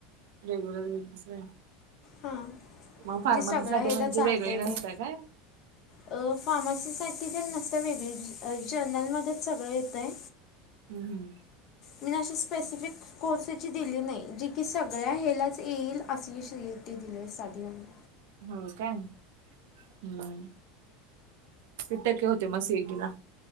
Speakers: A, on the right; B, on the left.
A: रेग्युलर दिलतीस व्हय
B: हां
A: मग फार्मसी
B: जी सगळ्या
A: साठी
B: ह्याला
A: म्हणजे
B: चालतं
A: वेगळे
B: आहे
A: नसत
B: ते
A: कायव
B: अ फार्मसीसाठी तर नसत वेगळी जनरल मध्ये सगळं येतय.
A: हम् हम.
B: मीना अशी स्पेसिफिक. कोर्सेची दिली नाही जी की सगळ्या ह्यालाच येईल अशी सीईटी दिली साधी वाली.
A: हो काय हम्. किती टक्के होते म सीएटी ला.